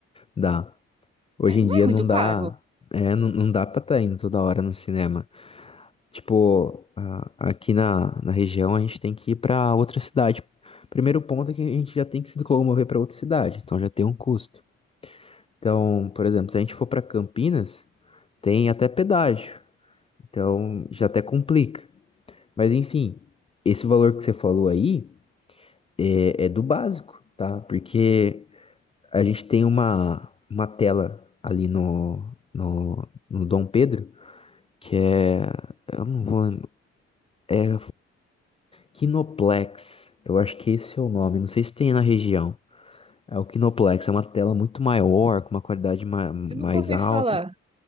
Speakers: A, on the left; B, on the right.
A: Dá. Hoje em
B: Não
A: dia
B: é muito
A: não dá.
B: caro.
A: É, não, não dá pra estar indo toda hora no cinema. Tipo, a- aqui na, na região a gente tem que ir pra outra cidade. Primeiro ponto é que a gente já tem que se locomover pra outra cidade, então já tem um custo. Então, por exemplo, se a gente for pra Campinas, tem até pedágio. Então já até complica. Mas enfim, esse valor que você falou aí é, é do básico, tá? Porque a gente tem uma, uma tela ali no, no, no Dom Pedro, que é. Eu não vou lembrar. É Kinoplex. Eu acho que esse é o nome. Não sei se tem na região. É o Kinoplex, é uma tela muito maior, com uma qualidade ma- mais
B: Eu nunca ouvi
A: alta
B: falar.